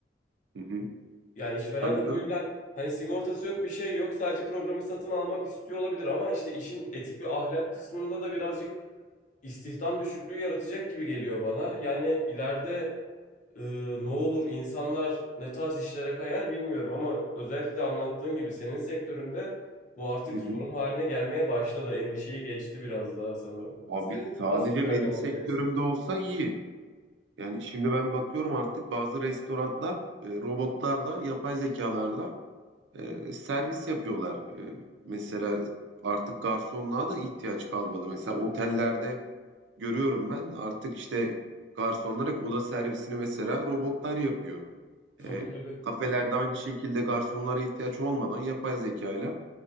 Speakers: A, on the right (about 90°); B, on the left (about 45°).
A: Hı hı.
B: Yani işveren
A: Tabii
B: de
A: canım.
B: bu yüzden hani sigortası yok bir şey yok sadece programı satın almak istiyor olabilir ama işte işin etik ve ahlak kısmında da birazcık istihdam düşüklüğü yaratacak gibi geliyor bana. Yani ileride e, ne olur insanlar ne tarz işlere kayar bilmiyorum ama özellikle de anlattığın gibi senin sektöründe bu artık
A: Hı hı.
B: sorun haline gelmeye başladı. Endişeyi geçti biraz daha sanırım.
A: Abi
B: Sen
A: sadece
B: nasıl bir önlem
A: benim sektörümde
B: alacaksın?
A: olsa iyi. Yani şimdi ben bakıyorum artık bazı restoranlar e, robotlarla, yapay zekalarla e, servis yapıyorlar. E, mesela artık garsonluğa da ihtiyaç kalmadı. Mesela otellerde görüyorum ben artık işte garsonlar hep oda servisini mesela robotlar yapıyor.
B: Tabii
A: E,
B: tabii.
A: kafelerde aynı şekilde garsonlara ihtiyaç olmadan yapay zekayla